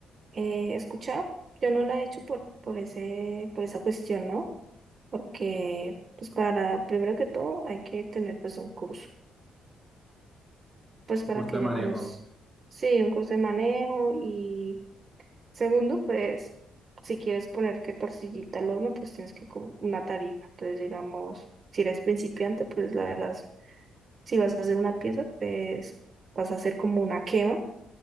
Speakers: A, on the right; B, in the centre.
A: eh, he escuchado. Yo no la he hecho por, por ese, por esa cuestión, ¿no? porque pues para, primero que todo, hay que tener pues un curso, pues para
B: Curso
A: que
B: de
A: ya
B: manejo.
A: conozcas, sí, un curso de manejo y segundo, pues si quieres poner que tortillita al horno, pues tienes que con una tarifa. Entonces, digamos, si eres principiante, pues la verdad, si vas a hacer una pieza, pues vas a hacer como una quema